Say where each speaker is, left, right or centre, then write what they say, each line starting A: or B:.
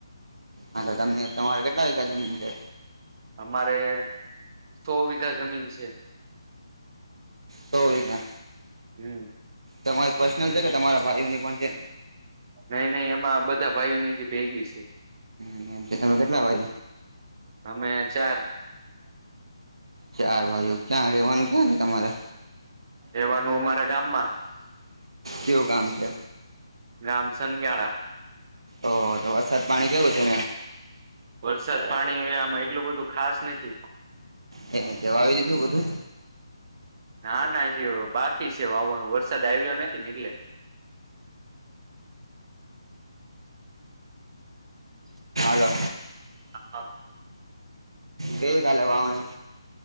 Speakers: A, on the right; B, on the right.
A: હા તો તમે તમારે કેટલા વીઘા જમીન છે
B: અમારે સો વીઘા જમીન છે.
A: સો વીઘા.
B: હમ.
A: તમારી પર્સનલ છે? કે તમારા ભાઈઓની પણ છે?
B: નહી નહી એમાં બધા ભાઈઓની જે ભેગી છે.
A: મ તમે કેટલા બાજુ
B: અમે ચાર
A: ચાર ભાઈઓ ક્યાં રહેવાનું ક્યાં છે તમારે
B: એવાનું મારે ગામમાં.
A: કેવું ગામ છે
B: ગામસન ગયાળા
A: ઓ તો વરસાદ પાણી કેવું છે?
B: વરસાદ પાણી આમાં એટલું બધું ખાસ નથી.
A: હ જવા આવી દી છું બધું
B: ના ના જ બાકી છે. વાવાનો વરસાદ આવ્યો નથી, ને એટલે
A: હાલો!
B: હ.
A: કઈ ગ લ વા હની